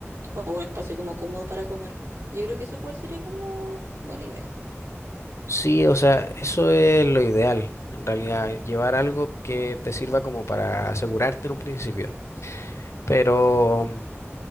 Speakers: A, on the right; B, on the left.
A: o un espacio como cómodo para comer. Yo creo que eso igual sería como buena idea.
B: Sí, o sea, eso es lo ideal, en realidad, llevar algo que te sirva como para asegurarte en un principio. Pero,